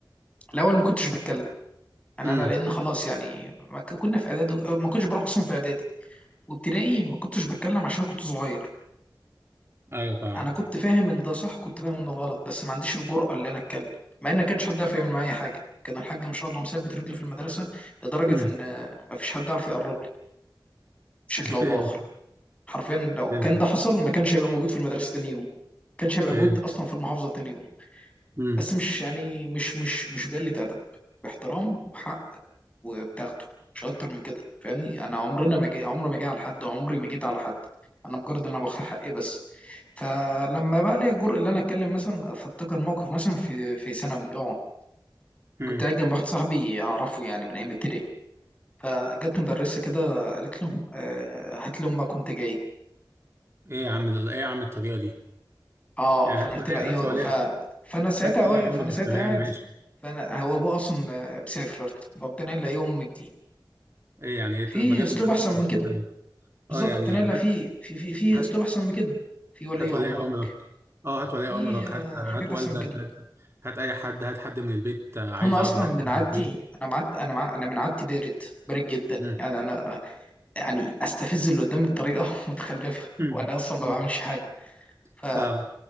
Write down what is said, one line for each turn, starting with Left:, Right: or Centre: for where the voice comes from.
Left: الاول ما كنتش بتكلم يعني
Right: مم.
Left: انا لان خلاص يعني ما ك- كنا في اعدادي ما كنتش بروح اصلا في اعدادي وابتدائي ما كنتش بتكلم عشان كنت صغير
Right: ايوه فاهمك
Left: انا كنت فاهم ان ده صح وكنت فاهم ان ده غلط بس ما عنديش الجرأة اللي انا اتكلم مع ان ما كانش حد يعرف يعمل معايا حاجه كان الحاج ما شاء الله مثبت رجله في المدرسه لدرجه
Right: امم
Left: ان آه، ما فيش حد عارف يقرب لي بشكل
Right: فهمت
Left: او باخر حرفيا لو
Right: فهمت
Left: كان ده حصل ما كانش هيبقى موجود في المدرسه تاني يوم ما كانش هيبقى
Right: فهمت
Left: موجود اصلا في المحافظه تاني يوم
Right: امم
Left: بس مش يعني مش مش مش بقلة أدب باحترام وحق وبتاخده مش أكتر من كده فاهمني أنا عمرنا ما جي عمري ما جي على حد عمري ما جيت على حد أنا مجرد إن أنا باخد حقي بس فلما بقى لي الجرء اللي أنا أتكلم مثلا فأفتكر موقف مثلا في في ثانوي أه
Right: امم
Left: كنت قاعد جنب واحد صاحبي أعرفه يعني من أيام ابتدائي فجت مدرسة كده قالت له آه، هات لي أمك وأنت جاي
Right: ايه يا عم ال- ايه يا عم الطريقه دي
Left: اه
Right: يعني
Left: فانا
Right: هات
Left: قلت
Right: لي
Left: له ايوه
Right: هات لي ولي
Left: ف... فانا ساعتها
Right: هات لي ولي
Left: واقف
Right: امرك
Left: فانا ساعتها
Right: تمام
Left: قاعد
Right: ماشي
Left: فانا هو ابوه اصلا آه، مسافر فقمت انا قايل يوم امك دي
Right: ايه يعني إيه
Left: في
Right: بجد
Left: اسلوب
Right: طريقه
Left: احسن
Right: مستفزه
Left: من كده
Right: أوي.
Left: بالظبط
Right: اه يعني
Left: قمت انا
Right: يعني
Left: قايل في
Right: هات
Left: في في في
Right: هات
Left: اسلوب احسن من كده في ولي
Right: هات ولي
Left: امرك
Right: امرك اه هات ولي
Left: في
Right: امرك
Left: آه،
Right: هات
Left: حاجات
Right: هات والدك
Left: احسن من كده
Right: هات هات اي حد هات حد من البيت آه، عايز
Left: فانا
Right: اقعد
Left: اصلا
Right: معاك
Left: من
Right: من
Left: عادتي
Right: البيت
Left: انا معد انا مع... انا من عادتي بارد بارد جدا
Right: امم
Left: يعني انا يعني استفز اللي قدامي بطريقه <laughs> متخلفه
Right: امم
Left: وانا اصلا ما
Right: أمم.
Left: بعملش حاجه ف...
Right: فاهمك